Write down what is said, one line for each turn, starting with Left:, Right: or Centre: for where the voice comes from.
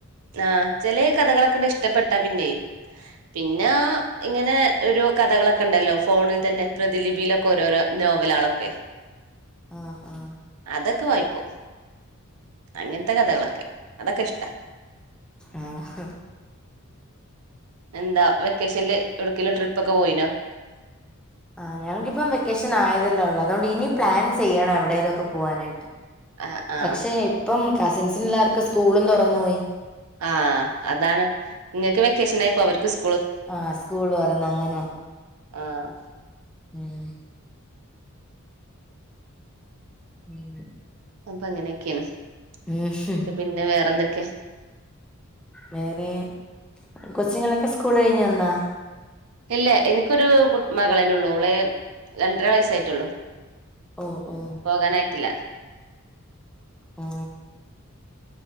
Right: ആഹ് ചില കഥകളൊക്കെണ്ട് ഇഷ്ടപ്പെട്ടാ പിന്നെ പിന്നെ ഇങ്ങനെ ഒരു കഥകളൊക്കെ ണ്ടല്ലോ ഫോണിൽ തന്നെ പ്രതിലിപിയിലൊക്കെ ഓരോരോ നോവലാളൊക്കെ
Centre: ആഹ് ആഹ്
Right: അതൊക്കെ വായിക്കും അങ്ങൻത്തെ കഥകളൊക്കെ അതൊക്കെ ഇഷ്ട
Centre: ആഹ്
Right: എന്താ വെക്കേഷൻല് എവിടക്കേലും ട്രിപ്പ് ഒക്കെ പോയിനോ
Centre: ആ ഞങ്ങക്കിപ്പം വെക്കേഷൻ ആയതല്ലോ ഉള്ള അതോണ്ട് ഇനി പ്ലാൻ
Right: ആ
Centre: ചെയ്യണം എവിടേലൊക്കെ പോവാനായിട്ട്
Right: ആ ആ
Centre: പക്ഷെ ഇപ്പം കസിൻസിന് ല്ലാവർക്കും സ്കൂളും തുറന്നു പോയി
Right: ആഹ് അതാണ് ങ്ങക്ക് വെകേഷനായിപ്പോ അവർ സ്
Centre: ആഹ് സ്കൂള് തുറന്ന ങ്ങനാ
Right: ആഹ്
Centre: ഉം നീങ്
Right: അപ്പൊ അങ്ങനെ ക്കേണ്
Centre: ഉം
Right: എന്നിട്ട് പിന്നെ വേറെന്തൊക്കെ?
Centre: വേറെ കൊച്ചുങ്ങളൊക്കെ സ്കൂള് കഴിഞ്ഞു വന്നാ
Right: ഇല്ല എനിക്ക് ഒരു കു മകളന്നെ ഉള്ളൂ ഒളെ രണ്ടര വയസ്സായിട്ടുള്ളു.
Centre: ഓഹ് ഓഹ്
Right: പോകാനായിട്ടില്ല
Centre: മ്